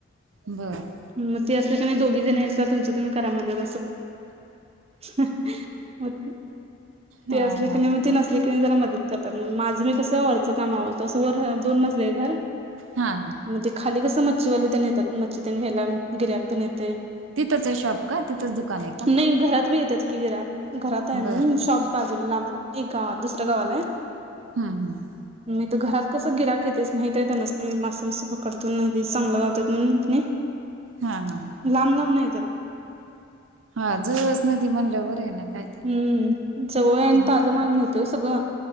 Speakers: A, on the right; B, on the right.
A: बरं.
B: मग ते असलं क नाही दोघी जण तुमं तुही करा म्हणतात ते असले न <unintelligible>
A: हा हा
B: क नाही जरा मदत करतात माझं मी कसं वरचं कामावरत असं वर दोन मजले घर
A: हा हा.
B: म्हणजे खाली कसं मच्छीवाले त्याश येतात मच्छी त्या घ्यायला गिर्‍हाईक पण येतय.
A: तिथंच आहे शाॅप? का तिथच दुकान आहे. का
B: नाही घरात बी येतात की गरा घरात आहे
A: बर
B: शॉप बाजूला लांब. एक गाव दुसऱ्या गावालाय आहे.
A: हम हम.
B: मी तर घरात कसं गिराक येतेस माहित आहे त्यां नास नाही मास्ं मस पकडतो चांगलं म्हण लांब
A: हा हा हा
B: लांब नाहीेत.
A: हा जवळच नदी म्हणल्यावर आहे ना काय तर
B: हम्म जवळ आहे आणि
A: हा
B: ताजा माल मिळतो. ते सगळं